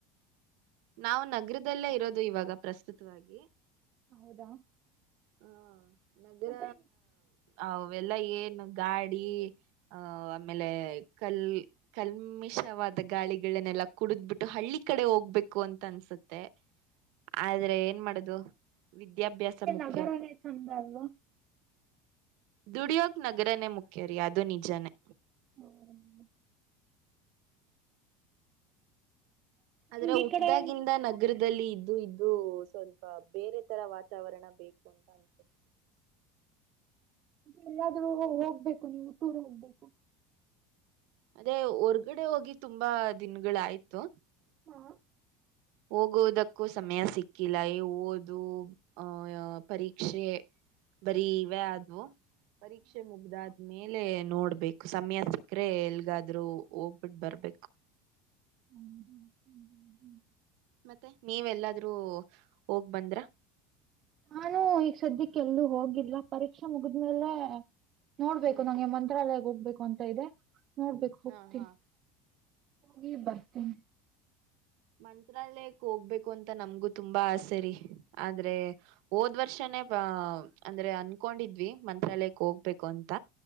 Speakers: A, on the right (about 60°); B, on the right (about 35°).
A: ನಾವು ನಗರದಲ್ಲೇ ಇರೋದು ಇವಾಗ ಪ್ರಸ್ತುತವಾಗಿ
B: ಹೌದಾ
A: ಹ್ಮ ನಗರ
B: ಮತ್ತೆ
A: ಅವೆಲ್ಲ ಏನು ಗಾಡಿ ಆಹ ಆಮೇಲೆ ಕಲ್ ಕಲ್ಮಿಷವಾದ ಗಾಳಿಗಳನ್ನೆಲ್ಲ ಕುಡಿದ್ಬಿಟ್ಟು ಹಳ್ಳಿ ಕಡೆ ಹೋಗ್ಬೇಕು ಅಂತ ಅನ್ಸುತ್ತೆ ಆದ್ರೆ ಏನ್ ಮಾಡುದು ವಿದ್ಯಾಭ್ಯಾಸ ಮುಕ್
B: ನಗರ ಚಂದ ಅಲ್ವಾ
A: ದುಡಿಯಾರ್ಕ್ ನಗರನೇ ಮುಖ್ಯ ರ ಅದು ನಿಜಾನೇ
B: ಹ್ಮ
A: ಆದ್ರೆ
B: ನಿಮ್ಗೆ
A: ಹುಟ್ಟ್ದಾಗಿಂದ
B: ಈ ಕಡೆ
A: ನಗರದ ಇದಲ್ಲಿ ಇದ್ದು ಇದ್ದು ಸ್ವಲ್ಪ ಬೇರೆ ತರ ವಾತಾವರಣ ಬೇಕು ಅಂತ ಅನ್ಸುತ್ತೆ
B: ಹ್ಮಾದ್ರೂ ಹೋಗ್ಬೇಕು ನೀವು ಹುಟ್ಟೂರು ಹೋಗ್ಬೇಕು
A: ಅದೇ ಹೊರ್ಗಡೆ ಹೋಗಿ ತುಂಬಾ ದಿನಗಳ ಆಯ್ತು
B: ಹಾ
A: ಹೋಗುವುದಕ್ಕೂ ಸಮಯ ಸಿಕ್ಕಿಲ್ಲ ಓದು ಅಹ ಪರೀಕ್ಷೆ ಬರೀ ಇವೆ ಆದ್ವು ಪರೀಕ್ಷೆ ಮುಗ್ದ ಮೇಲೆ ನೋಡ್ಬೇಕು ಸಮಯ ಸಿಕ್ಕ್ರೆ ಎಲ್ಗಾದ್ರೂ ಹೋಗ್ಬಿಟ್ಟ ಬರ್ಬೇಕು
B: ಹ್ಮ ಹ್ಮ್ ಹ್ಮ್ ಹ್ಮ ಹ್ಮ್
A: ಮತ್ತೆ ನೀವೆಲ್ಲಾದ್ರೂ ಹೋಗ್ ಬಂದ್ರ
B: ನಾನು ಈಗ ಸದ್ಯಕ್ಕೆ ಎಲ್ಲೂ ಹೋಗಿಲ್ಲ ಪರೀಕ್ಷೆ ಮುಗಿದ್ಮೇಲೆ ನೋಡ್ಬೇಕು
A: ಹ್ಮ್
B: ನಂಗೆ ಮಂತ್ರಾಲಯ ಒಗ್ ಬೆಕ್ ಅಂತ ಇದೆ ನೋಡ್ಬೇಕು ಹೋಗ್ತೀನಿ
A: ಹ ಹಾ
B: ಹಿ ಬರ್ತೇ
A: ಮಂತ್ರಾಲಯಕ್ ಹೋಗ್ಬೇಕು ಅಂತ ನಮ್ಗು ತುಂಬಾ ಆಸರಿ ಆದ್ರೆ ಹೋದ್ ವರ್ಷನೇ ಆ ಅಂದ್ರೆ ಅನ್ಕೊಂಡಿದ್ವಿ ಮಂತ್ರಾಲಯಕ್ ಹೋಗ್ಬೇಕು ಅಂತ